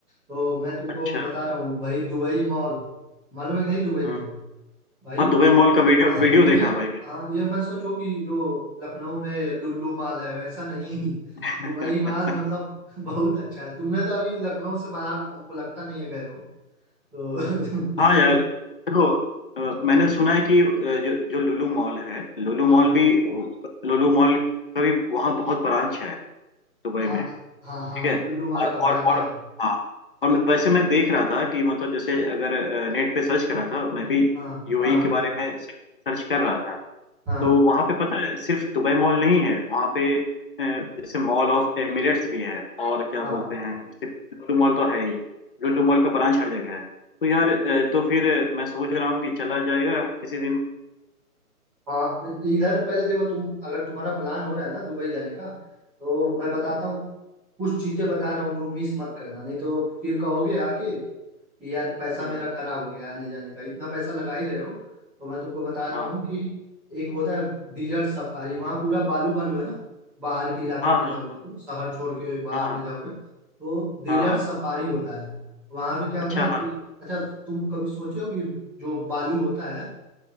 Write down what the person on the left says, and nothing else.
अच्छा
हम्म।
हाँ दुबई मॉल का वीडियो
वीडियो
देखा है भाई मैंने
<laughs>
हाँ यार देखो अ, मैंने सुना है कि अ, जो जो लुलु मॉल है लुलु
मॉल भी लुलु मॉल का भी वहाँ बहुत ब्रांच है दुबई
में
ठीक
है
और
और
और
हाँ और मैं- वैसे मैं देख रहा था कि मतलब जैसे अगर नेट पे सर्च करा था मैं भी
यूएई
के बारे में सर्च सर्च कर रहा था
तो वहां पे पता है सिर्फ दुबई मॉल नहीं है वहां पे अ, जैसे मॉल ऑफ एमिरेट्स भी है और क्या
बोलते हैं जैसे लुलु मॉल तो है ही लुलु मॉल का ब्रांच हर जगह है तो यार अ, तो फिर मैं सोच रहा हूँ कि चला जाएगा किसी दिन
हम्म
हम्म,
हाँ
हाँ
हाँ
हाँ हाँ
हाँ हाँ,
अच्छा
हाँ